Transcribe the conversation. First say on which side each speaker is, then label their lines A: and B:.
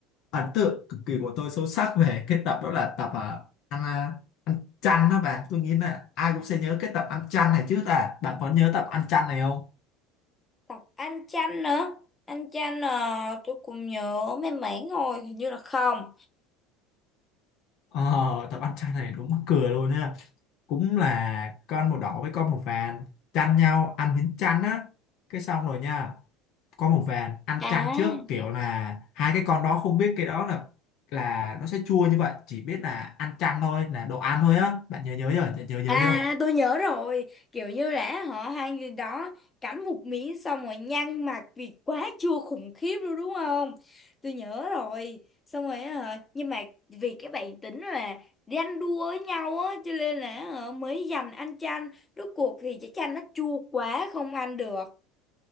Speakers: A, on the left; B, on the left.
A: ấn tượng cực kỳ của tôi sâu sắc về cái tập đó là tập à, ăn à, ăn chăn đó bạn tôi nghĩ là ai cũng sẽ nhớ cái tập ăn chăn này chứ ta bạn có nhớ tập ăn chăn này không
B: tập anh chanh nữa anh chanh ờ, tôi cũng nhớ mấy mảng rồi hình như là không
A: ờ, tập ăn chăn này đúng mắc cười luôn nha cũng là con màu đỏ với con màu vàng chăn nhau ăn miếng chăn á cái xong rồi nha con màu vàng ăn
B: à
A: chăn trước kiểu là hai cái con đó không biết cái đó là là nó sẽ chua như vậy chỉ biết là ăn chăn thôi là đồ ăn thôi á bạn nhớ nhớ chưa nhớ nhớ
B: À
A: chưa
B: tôi nhớ rồi Kiểu như là họ hai người đó Cắn một miếng xong rồi nhăn mặt Vì quá chua khủng khiếp luôn đúng không Tôi nhớ rồi Xong rồi á hả Nhưng mà vì cái bản tính là Ganh đua với nhau á Cho nên là hả, mới giành ăn chanh Rốt cuộc thì cái chanh nó chua quá Không ăn được